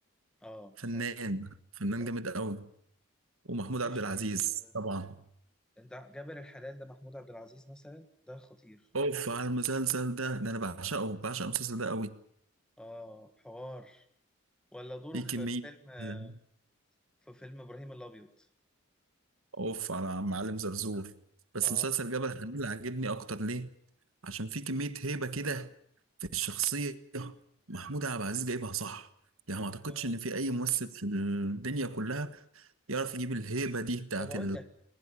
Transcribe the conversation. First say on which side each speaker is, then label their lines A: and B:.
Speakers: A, in the centre; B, on the right.
A: اه
B: فنان
A: اه طبعا
B: فنان
A: طبعا
B: جامد قوي ومحمود
A: نور
B: عبد
A: الشريف
B: العزيز
A: آه،
B: طبعا
A: انت ع- جابر الحلال ده محمود عبد العزيز مثلا ده خطير
B: اوف على المسلسل ده ده انا بعشقه بعشق المسلسل ده قوي
A: اه حوار ولا دوره
B: في
A: في
B: كمية
A: فيلم آه،
B: آه،
A: في فيلم ابراهيم الابيض
B: اوف على معلم زرزور بس
A: اه
B: مسلسل جبل حلمية عجبني اكتر ليه عشان في كمية هيبة كده في الشخصية محمود عبد العزيز جايبها صح يعني ما اعتقدش
A: اه
B: ان في اي ممثل في الدنيا كلها يعرف يجيب الهيبة دي بتاعت
A: طب اقول لك